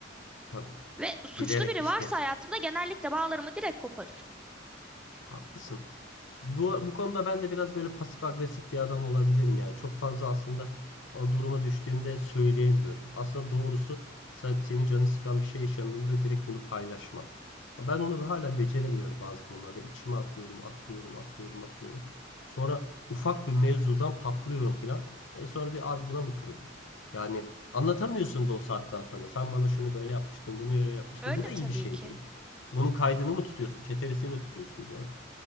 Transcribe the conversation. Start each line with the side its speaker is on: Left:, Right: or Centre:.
Left: tabii.
Centre: Ve suçlu
Left: Bilerek,
Centre: biri
Left: isteyerek.
Centre: varsa hayatımda genellikle bağlarımı direkt koparır.
Left: Haklısın. Bu, bu konuda ben de biraz böyle pasif agresif bir adam olabilirim yani. Çok fazla aslında o duruma düştüğümde söyleyemiyorum. Aslında doğrusu sen senin canını sıkan bir şey yaşandığında direkt bunu paylaşman. Ben onu hala beceremiyorum bazı konularda. İçime atıyorum, atıyorum, atıyorum, atıyorum. Sonra ufak bir mevzudan patlıyorum filan. E sonra diyor abi buna mı kırıldın? Yani anlatamıyorsun da o saatten sonra. Sen bana şunu böyle yapmıştın, bunu böyle yapmıştın.
Centre: Öyle
Left: Bu da iyi
Centre: tabii
Left: bir şey
Centre: ki.
Left: değil. Bunun kaydını mı tutuyorsun, çeteresini mi tutuyorsun diyorlar.